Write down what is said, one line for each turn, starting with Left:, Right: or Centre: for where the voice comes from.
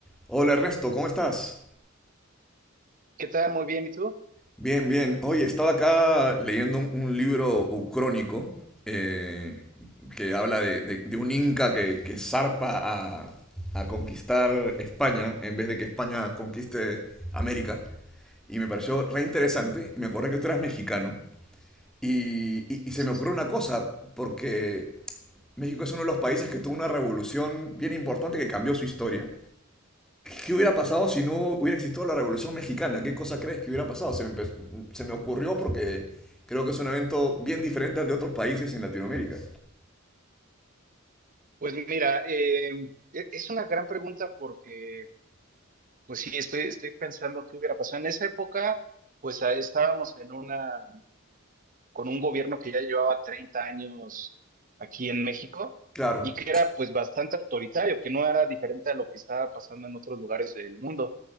Centre: Hola Ernesto, ¿cómo estás?
Right: ¿Qué tal? Muy bien, ¿y tú?
Centre: Bien, bien. Oye, estaba acá leyendo un, un libro ucrónico eh, que habla de, de- de un inca que, que zarpa a, a conquistar España en vez de que España conquiste América. Y me pareció re interesante. Me acordé que tú eras mexicano. Y, y- y se
Right: Pues
Centre: me ocurrió una cosa, porque México es uno de los países que tuvo una revolución bien importante que cambió su historia. ¿Qué hubiera pasado si no hubiera existido la Revolución Mexicana? ¿Qué cosa crees que hubiera pasado? Se me, empe- se me ocurrió porque creo que es un evento bien diferente al de otros países en Latinoamérica.
Right: pues mira, eh, e- es una gran pregunta porque, pues sí, estoy, estoy pensando qué hubiera pasado. En esa época, pues ah, estábamos en una, con un gobierno que ya llevaba 30 años aquí en México
Centre: Claro,
Right: y que era pues bastante autoritario, que no era diferente a lo que estaba pasando en otros lugares del mundo.